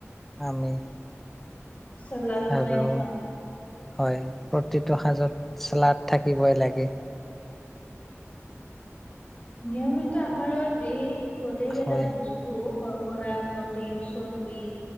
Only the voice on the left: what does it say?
চালাড বনাই
খাওঁ
নিয়মিত আহাৰত এই প্ৰতেক
এটা বস্তু কৰা প্ৰটিন চৰ্বি